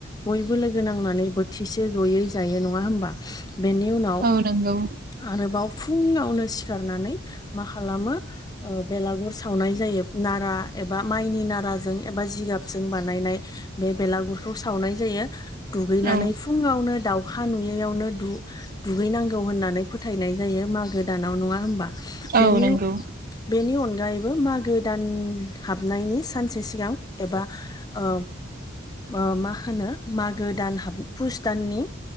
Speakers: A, on the left (about 20°); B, on the right (about 45°).
A: बयबो लोगो नांनानै बोथिसे ज'यै जायो नङा होमबा? बेनि उनाव
B: औ नंगौ
A: आरोबाव फुङावनो सिखारनानै मा खालामो ओ बेलागुर सावनाय जायो नारा एबा माइनि नाराजों एबा जिगाबजों बानायनाय बे बेलागुरखौ सावनाय जायो दुगैनानै
B: औ
A: फुङावनो दाउ खा नुयैयावनो दु-दुगैनांगौ होन्नानै फोथायनाय जायो मागो दानाव नङा होमबा बेनि
B: औ नंगौ
A: बेनि अनगायैबो मागो दान हाबनायनि सानसे सिगां एबा ओ ओ मा होनो मागो दान हाब पुस दाननि